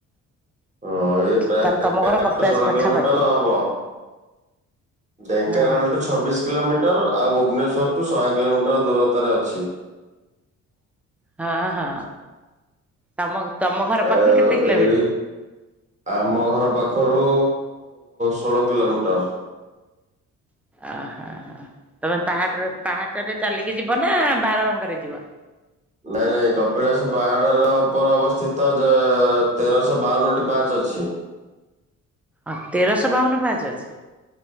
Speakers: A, on the right (about 25°); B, in the centre.
A: ହଁ ଏ ପ୍ରାୟ
B: ତାହେଲେ
A: <unintelligible>
B: ତମ ଘର କପିଳାସ
A: ଷୋଳ
B: ପାଖାପାଖି
A: କିଲୋମିଟର ହବ। ଢେଙ୍କାନାଳଠୁ
B: ହଁ
A: ଛବିଶ କିଲୋମିଟର ଆଉ ଭୁବନେଶ୍ଵରଠୁ ଶହେ କିଲୋମିଟର ଦୂରତାରେ ଅଛି।
B: ହଁ-ହଁ ତମ-ତମ ଘର
A: ଆଉ
B: ପାଖରୁ କେତେ କିଲୋମିଟର?
A: ଏଇ ଆମ ଘର ପାଖରୁ ଷୋଳ କିଲୋମିଟର।
B: ଓହୋ ତମେ ପାହାଡରେ ପାହାଚରେ ଚାଲିକି ଯିବ ନା ବାର ମାଙ୍କରେ ଯିବ?
A: ନାଇଁ-ନାଇଁ କପିଳାସ ପାହାଡ଼ର ଉପରେ ଅବସ୍ଥିତ ଜ ତେରଶହ ବାଉନଟି ପାହାଚ ଅଛି।
B: ଅ ତେରଶହ ବାଉନ ପାହାଚ ଅଛି।